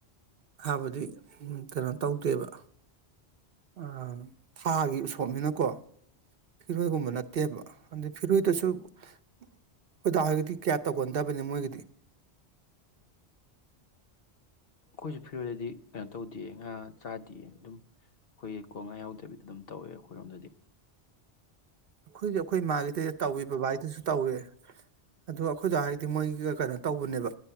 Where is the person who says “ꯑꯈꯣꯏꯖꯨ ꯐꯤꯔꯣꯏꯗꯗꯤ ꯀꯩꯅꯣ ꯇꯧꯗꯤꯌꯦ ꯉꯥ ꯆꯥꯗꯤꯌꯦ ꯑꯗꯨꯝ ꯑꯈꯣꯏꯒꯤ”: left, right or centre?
Left